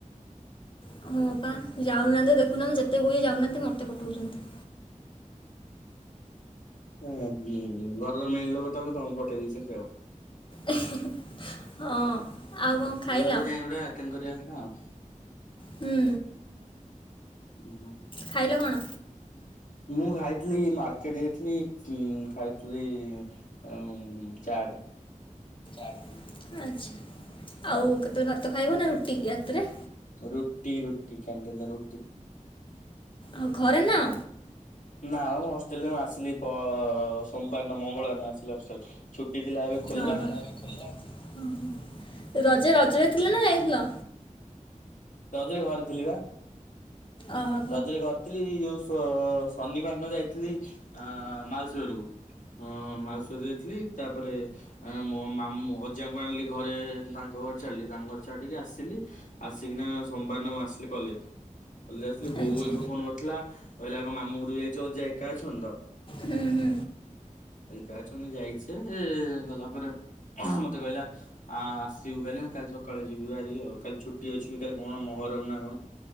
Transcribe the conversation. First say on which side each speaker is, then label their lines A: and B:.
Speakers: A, on the left (about 40°); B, on the left (about 70°).
A: ହଁ ପା ଯାଉନାହାନ୍ତି ଦେଖୁନ ଯେତେ କୁହଚି ଯାଉନାହାନ୍ତି ମତେ ପଠଉଛନ୍ତି।
B: ହଁ ଜୋଉ ଘରର ମେନ୍ ଲୋକ ତମେ ତମକୁ ପଠେଇ ଦେଇଛନ୍ତି ଆଉ।
A: ହଁ। ଆଉ କଣ ଖାଇଲ?
B: ଯିଏ ହଉ ଯାଇ ଗୋଟେ ଆଟେଣ୍ଡ କରିବା କଥା ଆଉ।
A: ହୁଁ
B: ହୁଁ।
A: ଖାଇଲ କଣ?
B: ମୁଁ ଖାଇଥିଲି ମାର୍କେଟ ଯାଇଥିଲି ଉଁ ଖାଇଥିଲି ଉଁ ଚାଟେ।
A: ଆଛା ଆଉ କେତେବେଳେ ଭାତ ଖାଇବ ନା ରୁଟି ରାତିରେ?
B: ରୁଟି ରୁଟି କ୍ୟାଣ୍ଟିନ ରୁ
A: ଆଉ ଘରେ ନାଅ?
B: ନା ମୁଁ ହଷ୍ଟେଲରେ ମୁଁ ଆସିଲି ପ ସୋମବାର ଦିନ ମଙ୍ଗଳବାର ଦିନ ଆସିଲି ହଷ୍ଟେଲ ଛୁଟି ଥିଲା ଏ ଖୋଲିଲା
A: ହଁ ହଁ ରଜ ରଜରେ ଥିଲ ନା ଯାଇଥିଲ?
B: ରଜରେ ଘରେ ଥିଲି ବା।
A: ଓହୋ।
B: ରଜରେ ଘରେ ଥିଲି ଯୋଉ ଶ ଶନିବାର ଦିନ ଯାଇଥିଲି ଆଁ ମାଉସୀ ଘରକୁ। ହଁ ମାଉସି ଘରକୁ ଯାଇଥିଲି ତାପରେ ଆଁ ମୋ ମାମୁଁ ଅଜାଙ୍କୁ ଆଣିଲି ଘରେ ତାଙ୍କ ଘରେ ଛାଡ଼ିଲି ତାଙ୍କ ଘରେ ଛାଡିକି ଆସିଲି ଆସି କିନା ସୋମବାର ଦିନ ମୁଁ ଆସିଲି କଲେଜ କଲେଜ ଆସିଲି ବୋଉ
A: ଆଚ୍ଛା।
B: ଏବେ ଫୋନ କରିଥିଲା କହିଲା କଣ ମାମୁଁଘରୁ ଯାଇଛି ଅଜା ଏକା ଅଛନ୍ତି ତ
A: ହୁଁ ହୁଁ।
B: ଏକା ଅଛନ୍ତି ଯାଇଛେ ସେ ଗଲା ପରେ ମତେ କହିଲା ଆ ଆସିବୁ କାଲି ମୁଁ କାଲି ସକାଳେ ଯିବି ବାହାରିକି ଆଉ କାଲି ଛୁ ଟି ଅଛି ବି କାଲି କଣ ମହରମ ନା କଣ?